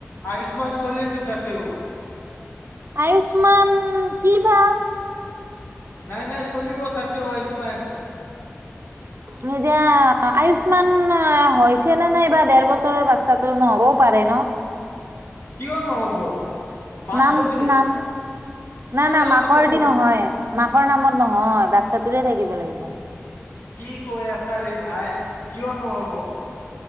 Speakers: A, on the left; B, on the right.
A: আয়ুস্মান চলে তো তাতেও।
B: আয়ুচমান কি বা।
A: নাই নাই চলিব তাতে আয়ুচমান।
B: নিদিয়া আয়ুচমান। আয়ুচমান হৈছে না বা ডেৰ বাচ্ছা টো নহ'বও পাৰে ন।
A: কিয় নহ'ব। মাকৰ
B: নাম
A: যে
B: নাম নাই না
A: নামত
B: মাকৰ
A: হ'ব
B: দি নহয়। মাকৰ নামত নহয় বাচ্ছাটোৰে থাকিব লাগিব।
A: কি কৈ আছা ৰে ভাই কিয় নহ'ব।